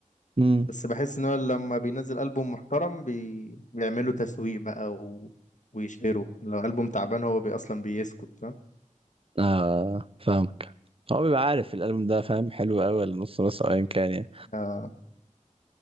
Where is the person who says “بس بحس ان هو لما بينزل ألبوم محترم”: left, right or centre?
Left